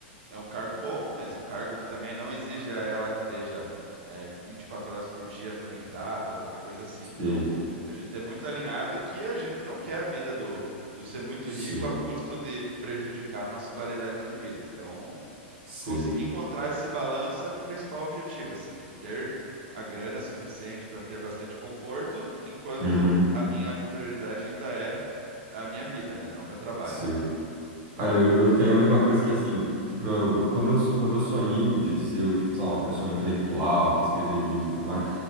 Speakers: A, on the right (about 65°); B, on the right (about 40°).
A: é um cargo bom, mas um cargo que também não exige a ela que esteja é, 24 horas por dia conectada ou qualquer coisa assim. Então,
B: sei,
A: a gente é muito alinhado que a gente não quer a vida do, do ser muito
B: sei,
A: rico a custo de prejudicar a nossa qualidade de vida. Então,
B: sei.
A: conseguir encontrar esse balanço é meu principal objetivo, assim, tipo, ter a grana suficiente para ter bastante conforto, enquanto
B: Uhum,
A: a minha prioridade ainda é a minha vida, né? Não o meu trabalho.
B: sei. Cara, eu, eu tenho a mesma coisa que assim, tipo, eu- eu- quando eu, quando eu sonhei de ser, tipo, sei lá, uma pessoa intelectual que escrever livros e tudo mais.